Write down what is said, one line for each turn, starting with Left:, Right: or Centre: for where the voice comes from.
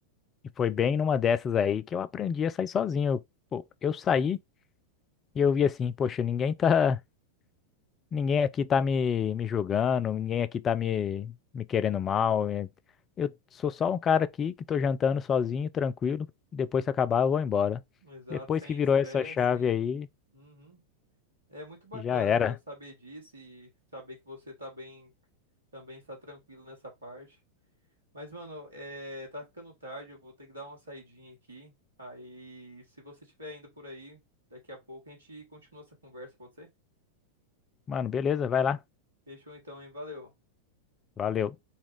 Left: e foi bem numa dessas aí que eu aprendi a sair sozinho. Eu, pô, eu saí. E eu vi assim, poxa, ninguém tá. Ninguém aqui tá me, me julgando, ninguém aqui tá me, me querendo mal. é- Eu sou só um cara aqui que tô jantando sozinho, tranquilo. e Depois que acabar, eu vou embora.
Right: Exato,
Left: Depois
Right: sem
Left: que virou
Right: estresse.
Left: essa chave aí,
Right: Uhum. É muito bacana,
Left: já era.
Right: mano, saber disso e saber que você tá bem, também está tranquilo nessa parte. Mas, mano, é, tá ficando tarde, eu vou ter que dar uma saidinha aqui. Aí, se você estiver indo por aí, daqui a pouco a gente continua essa conversa, pode ser?
Left: Mano, beleza, vai lá.
Right: Fechou então, hein? Valeu.
Left: Valeu.